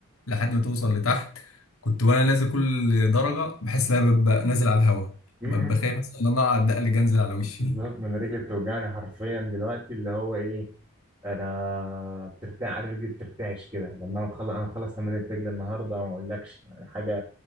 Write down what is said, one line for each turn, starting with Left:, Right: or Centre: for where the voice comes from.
Left: لحد ما توصل لتحت كنت وانا نازل كل درجه بحس ان انا ببقى نازل على الهواء
Right: مم.
Left: ببقى خايف مثلا ان انا اقعد دقل جنزل على وشي
Right: بالظبط ما انا رجلي بتوجعني حرفيا دلوقتي اللي هو ايه انا بترتاع رجلي بترتعش كده لما انا مخلص انا مخلص تمرينة رجلي النهارده ما اقولكش يعني حاجه